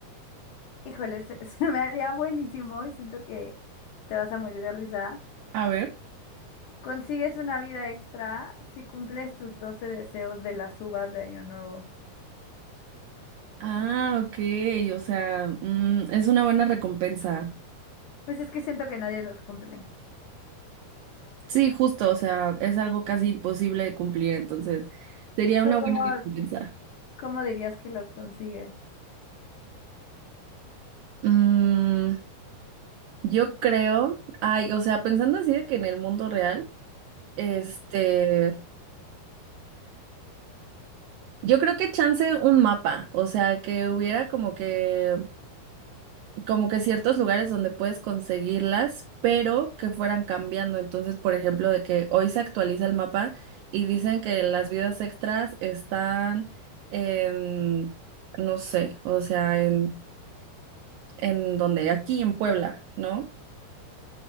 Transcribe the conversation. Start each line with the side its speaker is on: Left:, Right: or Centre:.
Left: Híjole, se, <laughs> se me haría buenísimo y siento que te vas a morir de risa.
Right: A ver.
Left: Consigues una vida extra si cumples tus 12 deseos de las uvas de Año Nuevo.
Right: Ah, ok, o sea, mm, es una buena recompensa.
Left: Pues es que siento que nadie los cumple.
Right: Sí, justo, o sea, es algo casi imposible de cumplir, entonces sería
Left: ¿Tú
Right: una
Left: cómo,
Right: buena recompensa.
Left: cómo dirías que los consigues?
Right: Mm, yo creo, ay, o sea, pensando así de que en el mundo real, este, Yo creo que chance un mapa, o sea, que hubiera como que, como que ciertos lugares donde puedes conseguirlas, pero que fueran cambiando. Entonces, por ejemplo, de que hoy se actualiza el mapa y dicen que las vidas extras están en, no sé, o sea, en, en donde, aquí en Puebla, ¿no?